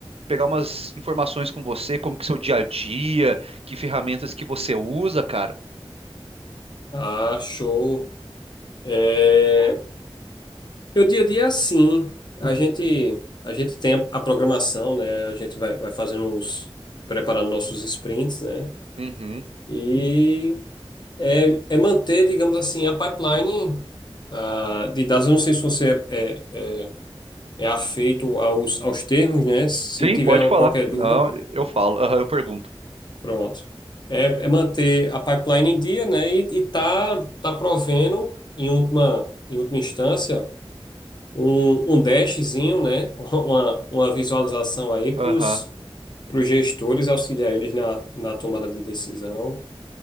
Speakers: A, on the right (about 75°); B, on the left (about 45°).
A: pegar umas informações com você, como que é o seu dia a dia, que ferramentas que você usa, cara.
B: Ah, show. É... Meu dia a dia é assim. A gente, a gente tem a programação, né? A gente vai, vai fazendo os... preparando nossos sprints, né?
A: Uhum.
B: E é, é manter, digamos assim, a pipeline ah, de dados. Eu não sei se você é, é, é, é afeito aos, aos termos, né? Se
A: Sim,
B: tiver
A: pode falar.
B: qualquer
A: Não,
B: dúvida.
A: eu falo, Aham, eu pergunto.
B: Pronto. É, é manter a pipeline em dia, né? E, e tá, tá provendo, em última, em última instância, um, um dashzinho, né? <laughs> Uma, uma visualização aí para
A: Aham.
B: os gestores auxiliar eles na, na tomada de decisão